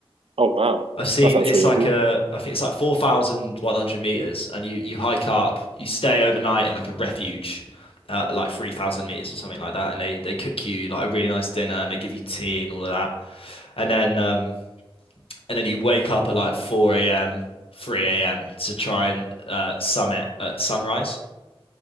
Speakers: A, on the right; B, on the left.
A: Oh wow,
B: I've seen
A: that sounds
B: it's
A: really
B: like
A: cool.
B: a, I think it's like 4,100 meters, and you you hike up, you stay overnight in like a refuge, uh, like 3,000 meters or something like that, and they they cook you like a really nice dinner, and they give you tea and all of that, and then um, and then you wake up at like 4 a.m., 3 a.m. to try and uh, summit at sunrise.